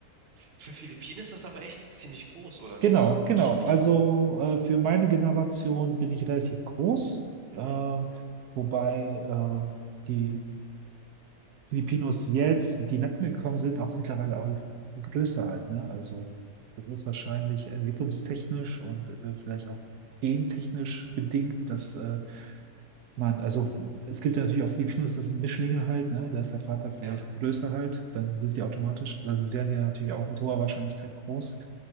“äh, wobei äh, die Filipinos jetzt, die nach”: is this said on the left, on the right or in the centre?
Right